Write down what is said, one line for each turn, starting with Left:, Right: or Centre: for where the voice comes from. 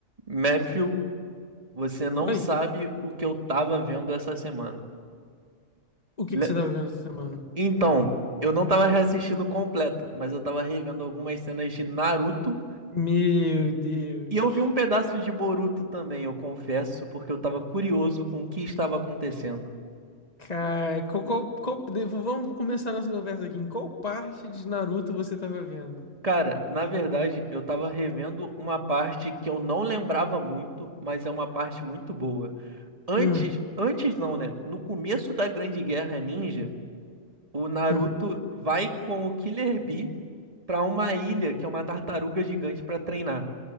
Right: Matthew, você não
Left: Oi,
Right: sabe o que eu tava vendo essa semana.
Left: o que
Right: Le-
Left: que você tava vendo essa semana?
Right: Então, eu não tava reassistindo completo, mas eu tava revendo algumas cenas de Naruto
Left: Meu Deus.
Right: e eu vi um pedaço de Boruto também, eu confesso, porque eu tava curioso com o que estava acontecendo.
Left: Cara, qual, qual, qual- de- vamos começar a nossa conversa aqui. Em qual parte de Naruto você tava vendo?
Right: Cara, na verdade, eu tava revendo uma parte que eu não lembrava muito, mas é uma parte muito boa. Antes,
Left: Hum,
Right: antes não, né? No começo da Grande Guerra Ninja, o Naruto
Left: hum,
Right: vai com o Killer Bee pra uma ilha que é uma tartaruga gigante pra treinar.